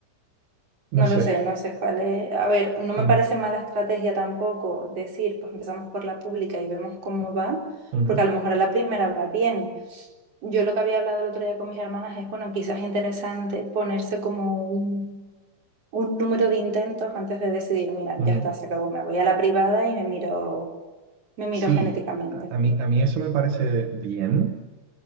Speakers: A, on the right (about 50°); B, on the right (about 85°).
A: No
B: No
A: lo
B: sé.
A: sé, no sé cuál es. A ver, no me
B: a mí-
A: parece mala estrategia tampoco decir, pues empezamos por la pública y vemos cómo va,
B: ujú,
A: porque a lo mejor a la primera va bien. Yo lo que había hablado el otro día con mis hermanas es, bueno, quizás es interesante ponerse como un, un número de intentos antes de decidir, mira,
B: ujú.
A: ya está, se acabó, me voy a la privada y me miro, me miro
B: Sí,
A: genéticamente.
B: a, a mí, a mí eso me parece bien